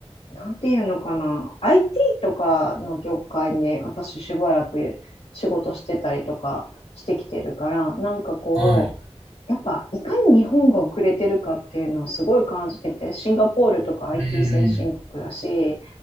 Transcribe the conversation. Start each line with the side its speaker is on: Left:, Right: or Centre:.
Left: なんていうのかな、IT とかの業界に私しばらく仕事してたりとかしてきてるから、なんかこう、
Right: い。はい。
Left: やっぱいかに日本が遅れてるかっていうのをすごい感じてて、シンガポールとか IT
Right: うん。
Left: 先進国だし、